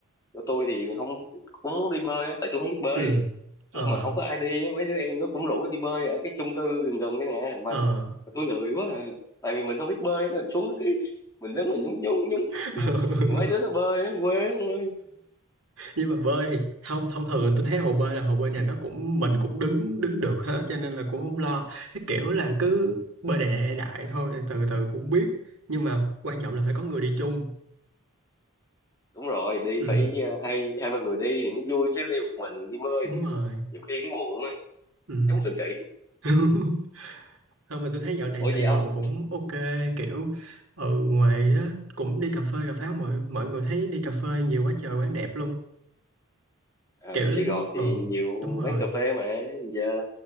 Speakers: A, on the left (about 15°); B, on the right (about 80°).
A: chỗ tôi thì không cũng muốn đi bơi á tại tôi không biết bơi
B: ừ
A: tôi
B: ờ
A: mà không có ai đi á, mấy đứa em nó cũng rủ đi bơi ở cái chung cư gần gần cái nè mà
B: ờ
A: mà tôi lười quá à. tại vì mình không biết bơi mình xuống cái mình đứng mình nhúng nhúng nhúng
B: <laughs>
A: nước á. mấy đứa nó bơi á, quê lắm.
B: nhưng mà bơi thì không thông thường tôi thấy hồ bơi là hồ bơi này nó cũng mình cũng đứng đứng được hết cho nên là cũng không lo cái kiểu là cứ bơi đại đại thôi từ từ cũng biết nhưng mà quan trọng là phải có người đi chung
A: đúng rồi đi
B: ừ
A: phải ờ, hai hai ba người đi thì mới vui chứ đi một mình đi bơi
B: đúng
A: thì
B: rồi
A: nhiều khi cũng buồn á
B: Ừ.
A: giống tự kỷ
B: <laughs> Không mà tôi thấy dạo này
A: ủa
B: Sài
A: vậy ông
B: Gòn cũng ok kiểu ừ ngoài đó cũng đi cà phê cà pháo mọi mọi người thấy đi cà phê nhiều quá trời quán đẹp luôn
A: ở
B: kiểu
A: Sài Gòn
B: ừ
A: thì nhiều
B: đúng rồi
A: quán cà phê mà giờ